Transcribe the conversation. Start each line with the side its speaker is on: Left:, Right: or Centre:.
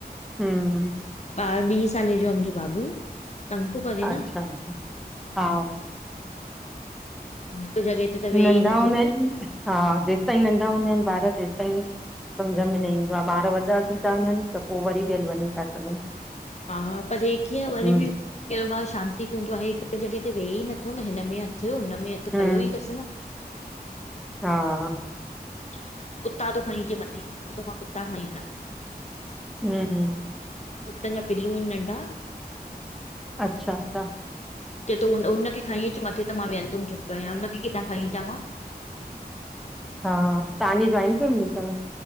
Centre: हम्म
Left: ॿारु ॿी साले जो आहे मुंहिंजो बाबू। तंग थो करे
Centre: अच्छा
Left: न
Centre: अच्छा हा
Left: हिकु जॻह ते त
Centre: नंढा
Left: वेहे ई नथो
Centre: हूंदा
Left: बिल्कुलु
Centre: आहिनि हा जेस ताईं नंढा हूंदा आहिनि ॿार तेसि ताईं सम्झ में न ईंदो आहे ॿार वॾा थी ता वञनि त पोइ वरी बि हली वञनि था सघूं
Left: हा पर हे कीअं वरी
Centre: हम्म
Left: बि कहिड़ो ॿारु शांतीको हूंदो आहे हिकु जॻह ते विहे ई नथो न हिन में हथु हुनमे हथु
Centre: हम्म
Left: पियो ई तसि न।
Centre: हा
Left: छा कुत्ता थो खणी अचे मथे चए थो मां कुत्ता खणी अचां।
Centre: हु हु
Left: कुतनि जा पिलू आहिनि नंढा
Centre: अच्छा अच्छा
Left: चवे थो उ हुनखे खणी अचु मथे त मां वेहंदुमि चुपकरे हाणे उनखे किथां खणी अचां मां।
Centre: हा तव्हांजी जॉइंट फैमिली तव?